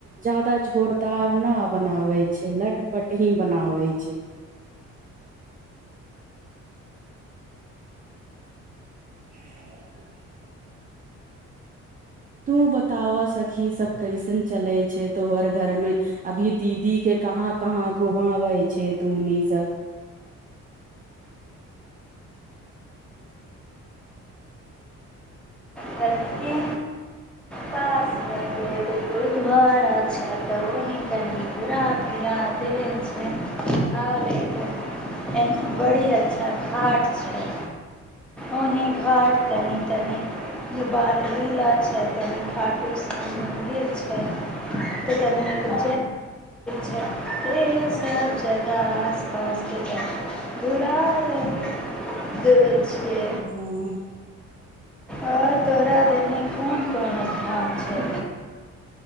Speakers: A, on the right; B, in the centre.
A: जादा झोरदार नहि बनाबै छै लटपट ही बनाबै छै ह तु बताबऽ सखी सभ कैसन चलै छै तोहर घरमे अभी दीदीे कहाँ कहाँ घुमाबै छै तूनी सब
B: तनिके पास मे एगो त ओनी तनी घुरा फिरा दे छै आ एगो बड़ी अच्छा घाट छ ओ घाट तनि तनी बाल लीला छनि खाटू स मंदिर छै कथि छै एहि सब जगह आस पासके जह बुरा रहे देबय छै
A: ह
B: आओर तोहरा देनी कोन कोन स्थान छै